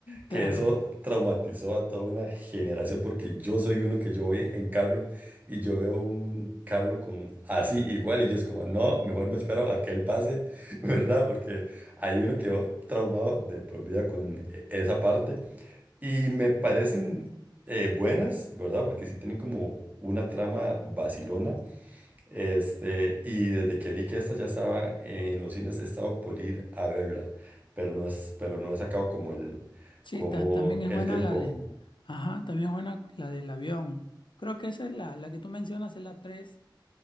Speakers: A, on the right; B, on the left.
A: que
B: Claro.
A: eso traumatizó a toda una generación porque yo soy uno que yo voy en carro y yo veo un carro con así igual y yo es como, no, mejor me espero a que él pase, <laughs> ¿verdad? Porque hay uno quedó traumado de por vida con e- esa parte. Y me parecen eh, buenas, ¿verdad? Porque sí tienen como una trama vacilona. Este, y desde que vi que esta ya estaba en los cines, he estado por ir a verla. Pero no es, pero no he sacado como el,
B: Sí,
A: como
B: ta- también
A: el
B: es buena
A: tiempo.
B: la del... Ajá, también es buena la del avión. Creo que esa es la, la que tú mencionas, es la 3.